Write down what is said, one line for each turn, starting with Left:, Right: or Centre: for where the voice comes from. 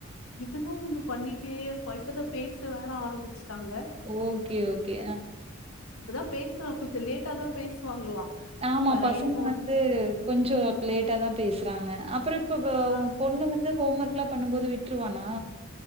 Left: இதுவும் ஒண்ணு பண்ணிட்டே இருப்ப இப்பதான் பேச வேற ஆரம்பிச்சுட்டாங்க
Right: ஓகே ஓகே ஆ
Left: இப்பதான் பேசுறா கொஞ்ச லேட்டா தான் பேசுவாங்களா
Right: ஆமா
Left: பையனு
Right: பசங்க வந்து கொஞ்சோ லேட்டா தான் பேசுறாங்க அப்றே இப்ப
Left: ஆ
Right: ஓ பொண்ணு வந்து ஹோம் ஒர்க்ல்லா பண்ணும் போது விட்டுருவானா